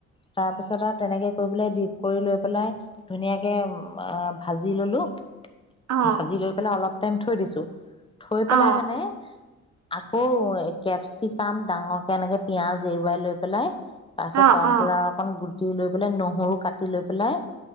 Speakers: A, on the left; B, on the right.
A: তাৰ পিছত আৰু তেনেকে কৰি পেলাই ডিপ কৰি লৈ পেলাই ধুনীয়াকে ভাজি ললোঁ।
B: অ',
A: ভাজি লৈ পেলাই অলপ থৈ দিছোঁ। পেলাই
B: অ',
A: মানে। আকৌ কেপচিকাম ডাঙৰকে এনেকে পিঁয়াজ। এৰুৱাই লৈ পেলাই। তাৰপিছত
B: অ',
A: কৰ্ণফ্লাৰ
B: অ',
A: অক দি লৈ পেলাই নহৰু কাটি লৈ পেলাই